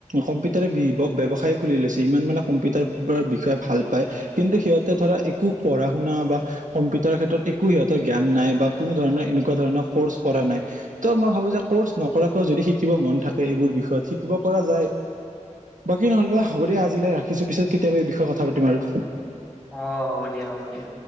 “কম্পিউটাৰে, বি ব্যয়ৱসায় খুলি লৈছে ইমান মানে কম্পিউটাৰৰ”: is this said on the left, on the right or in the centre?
Right